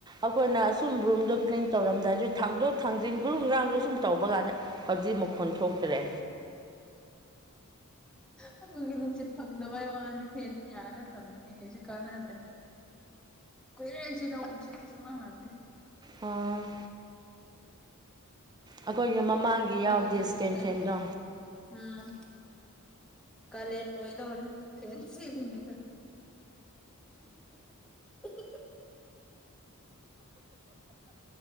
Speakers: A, on the right; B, in the centre.
A: ꯑꯩꯈꯣꯢꯅ ꯑꯁꯨꯝ ꯔꯨꯝꯗ ꯀ꯭ꯂꯤꯟ ꯇꯧꯔꯝꯗꯥꯢꯗ ꯊꯥꯡꯗꯣꯛ ꯊꯥꯡꯖꯤꯟ ꯒ꯭ꯔꯨ ꯒ꯭ꯔꯥꯡꯗꯨ ꯁꯨꯝ ꯇꯧꯕ ꯀꯥꯟꯗ ꯍꯧꯖꯤꯛ ꯃꯈꯣꯟ ꯊꯣꯛꯇ꯭ꯔꯦ
B: ꯑꯩꯈꯣꯏꯒꯤ ꯅꯨꯡꯁꯤꯠ ꯐꯛꯗꯕꯏ ꯋꯥꯅꯤ ꯐꯤ ꯌꯥꯂꯦ ꯊꯝꯃꯤꯅꯦ ꯀꯩꯁꯨ ꯀꯥꯟꯅꯗ꯭ꯔꯦ <unintelligible>
A: ꯑꯣ ꯑꯩꯈꯣꯏꯒꯤ ꯃꯃꯥꯡꯒꯤ ꯌꯥꯎꯗꯦ
B: ꯂꯩꯕꯗꯤ
A: ꯏꯁꯇꯦꯟ
B: ꯀꯨꯏꯔꯦ
A: ꯐꯦꯟꯗꯣ
B: ꯎꯝ ꯀꯂꯦꯟ ꯂꯣꯏ ꯗꯥꯔꯦ ꯐꯦꯟ ꯁꯦꯝꯃꯤꯉꯩꯗ <unintelligible>